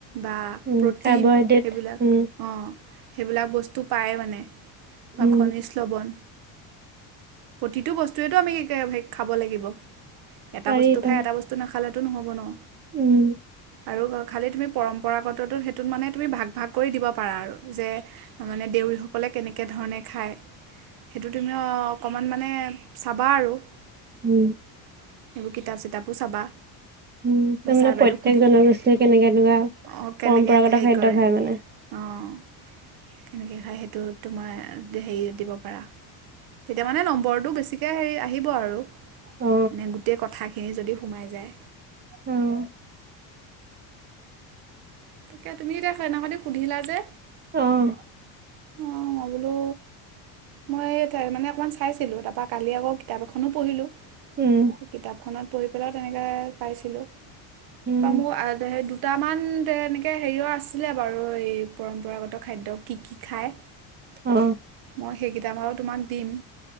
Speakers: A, on the right; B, on the right.
A: বা
B: উম
A: প্ৰটিন
B: কাৰ্বহাইড্ৰেট
A: সেইবিলাক
B: উম
A: অঁ সেইবিলাক বস্তু পায় মানে বা
B: উম
A: খনিজলৱন প্ৰতিটো বস্তুৱেটো আমি খাব লাগিব এটা
B: পাৰি
A: বস্তু
B: পাৰি
A: খাই এটা বস্তু নাখালে। টো নহ'ব ন
B: উম
A: আৰু খালি তুমি পৰম্পৰাগতটোত সেইটোত মানে তুমি ভাগ ভাগ কৰি দিব পাৰা আৰু যে মানে দেউৰীসকলে কেনেকৈ ধৰণে খায় সেইটো তুমি অকণমান মানে চাবা আৰু এইবোৰ
B: উম
A: কিতাপ চিতাপো চাবা
B: উম
A: বা
B: তাৰ মানে
A: ছাৰ বাইদেউক
B: প্ৰত্যক
A: সুধি
B: জনগোষ্ঠীয়ে কেনেকে এনেকুৱা
A: অঁ কেনেকৈ
B: পৰম্পৰাগত
A: হেৰি
B: খাদ্য
A: কৰে
B: খায় মানে।
A: অঁ কেনেকৈ সেইটো তোমাৰ হেৰি দিব পাৰা তেতিয়া মানে নম্বৰ টো বেছিকে হেৰি আহিব আৰু
B: অ
A: তেন্তে কথাখিনি খিনি যদি সোমাই যায়
B: উম
A: তাকে তুমি এতিয়া স এনেকদি সুধিলা যে।
B: আহ
A: অ মই বোলো মই মানে অকমান চাইছিলো তাৰপা কালি আকৌ কিতাপ এখনো পঢ়িলো।
B: উম
A: কিতাপখনত পঢ়ি পেলাইও তেনেকে পাইছিলো
B: উম
A: ত মোৰ আহ দু তামান ব নে তে হেৰিও আছে বাৰু এই পৰম্পৰাগত খাদ্য কি কি খায়
B: অ
A: মই সেইকেইটা মই তোমাক দিম।